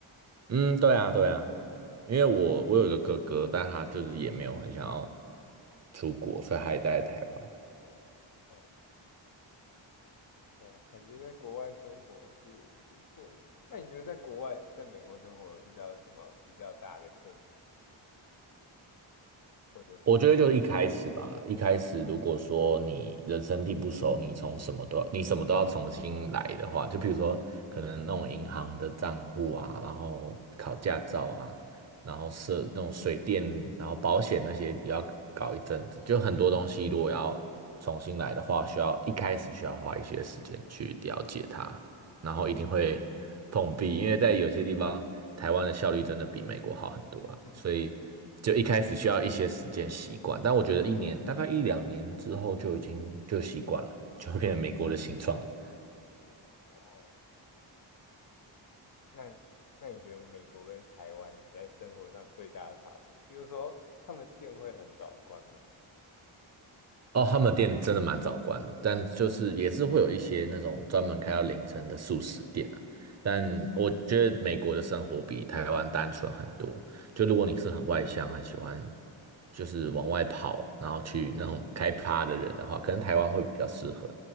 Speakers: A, on the right (about 35°); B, on the left (about 45°).
A: 嗯，对啊，对啊，因为我我有一个哥哥，但他就是也没有很想要出国，所以他也待在台湾。
B: 哦，哦，感觉在国外生活是不错的那你觉得在国外？在美国生活有遇到什么比较大的困，或者不？
A: 我觉得就是一开始吧，一开始如果说你人生地不熟，你从什么都要，你什么都要重新来的话，就比如说可能弄银行的账户啊，然后考驾照啊，然后设那种水电，然后保险那些也要搞一阵子，就很多东西如果要重新来的话，需要一开始需要花一些时间去了解它。然后一定会碰壁，因为在有些地方，台湾的效率真的比美国好很多啊，
B: <laughs>
A: 所以就一开始需要一些时间习惯，但我觉得一年大概一两年之后就已经就习惯了，就变成美国的形状了。
B: 哦。那那你觉得美国跟台湾你在生活上最大的差别？比如说他们店会很早关门
A: 哦，他们的店真的蛮早关的，但就是也是会有一些那种专门开到凌晨的素食店啊。但我觉得美国的生活比台湾单纯很多。就如果你是很外向，很喜欢就是往外跑，然后去那种开趴的人的话，可能台湾会比较适合